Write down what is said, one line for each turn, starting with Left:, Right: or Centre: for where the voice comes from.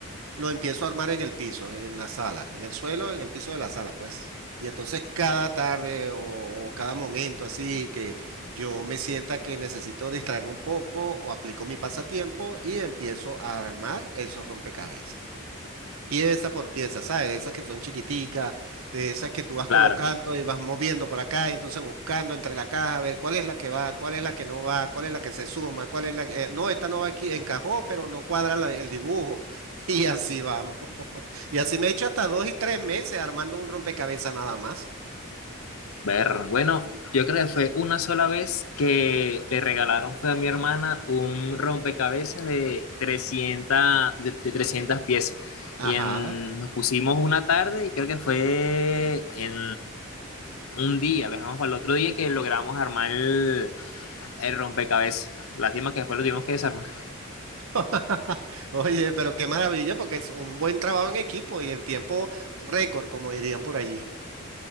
Right: lo empiezo a armar en el piso, en la sala, en el suelo, en el piso de la sala, pues. Y entonces cada tarde o, o cada momento así que yo me sienta que necesito distraerme un poco o aplico mi pasatiempo y empiezo a armar esos rompecabezas. pieza por pieza, ¿sabes? De esas que son chiquiticas, de esas que tú vas
Left: claro.
Right: colocando y vas moviendo para acá y entonces buscando entre la caja a ver cuál es la que va, cuál es la que no va, cuál es la que se suma, cuál es la que... eh, no, esta no va aquí, encajó, pero no cuadra la- el dibujo. <laughs> Y así vamos. <laughs> Y así me he hecho hasta dos y tres meses armando un rompecabezas nada más.
Left: Ver, bueno, yo creo que fue una sola vez que le regalaron, fue a mi hermana, un rompecabezas de 300, de, de 300 piezas.
Right: Ajá.
Left: Y en, nos pusimos una tarde y creo que fue en un día, lo dejamos para el otro día que logramos armar el, el rompecabezas. Lástima que después lo tuvimos que desarmar.
Right: <laughs> Oye, pero qué maravilla porque es un buen trabajo en equipo y en tiempo récord, como dirían por allí.